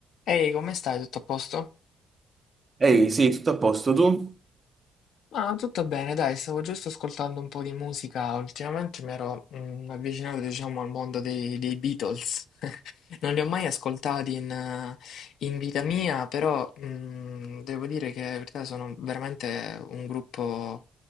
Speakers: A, on the left; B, on the right.
A: Ehi, come stai? Tutto a posto?
B: Ehi, sì, tutto a posto, tu?
A: Ah, tutto bene, dai, stavo giusto ascoltando un po' di musica. Ultimamente mi ero mm, avvicinato, diciamo, al mondo dei, dei Beatles. <laughs> Non li ho mai ascoltati in, eh, in vita mia, però mm, devo dire che in verità sono veramente un gruppo